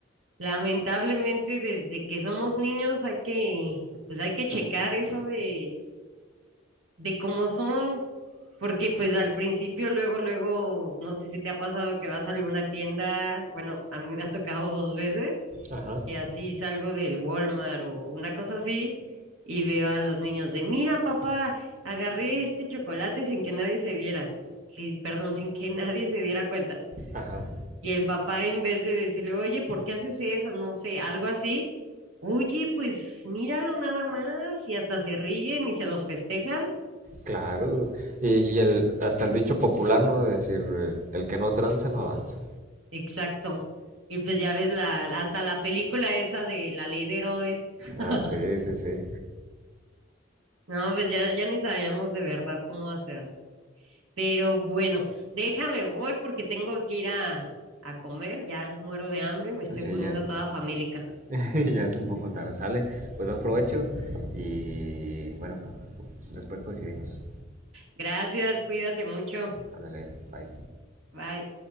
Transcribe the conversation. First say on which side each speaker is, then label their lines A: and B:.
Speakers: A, on the right; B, on the right.
A: Lamentablemente, desde que somos niños hay que, pues hay que checar eso de, de cómo son, porque pues al principio, luego, luego, no sé si te ha pasado que vas a alguna tienda, bueno, a mí me ha tocado dos veces,
B: Ajá,
A: y así salgo del Walmart o una cosa así, y veo a los niños de, mira, papá, agarré este chocolate sin que nadie se viera, sí, perdón, sin que nadie se diera cuenta.
B: ajá.
A: Y el papá, en vez de decirle, oye, ¿por qué haces eso? No sé, algo así. Oye, pues míralo nada más. Y hasta se ríen y se los festejan.
B: Claro, y, y el, hasta el dicho popular, ¿no? De decir, eh, el que no tranza no avanza.
A: Exacto. Y pues ya ves la, hasta la película esa de La Ley de Herodes. <laughs>
B: Ah, sí, sí, sí.
A: No, pues ya, ya ni sabíamos de verdad cómo hacerlo. Pero bueno, déjame, voy porque tengo que ir a, a comer. Ya muero de hambre y me estoy
B: Sí,
A: poniendo
B: ya,
A: toda famélica.
B: <laughs> ya es un poco tarde, sale. Pues buen provecho y bueno, pues, después coincidimos.
A: Gracias, cuídate mucho.
B: Ándale, bye.
A: Bye.